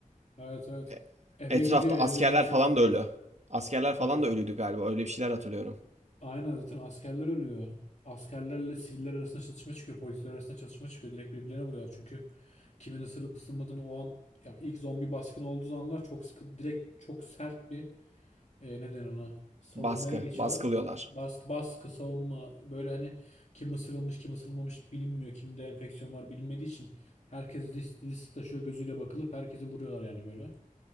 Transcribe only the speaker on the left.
Evet evet.
Eve
gidiyor
evde kimse
yok.
Evet.
Aynen zaten askerler ölüyor. Askerlerle siviller arasında çatışma çıkıyor. Polisler arasında çatışma çıkıyor. Direkt birbirlerine vuruyorlar. Çünkü kimin ısırılıp ısırmadığını o an yani ilk zombi baskını olduğu anlar çok sıkı direkt çok sert bir e, neden ona savunmaya
geçiyorlar.
Baskı baskı savunma böyle hani kim ısırılmış kim ısırılmamış bilinmiyor. Kimde enfeksiyon var bilinmediği için herkes risk, risk taşıyor gözüyle bakılıp herkesi vuruyorlar yani böyle.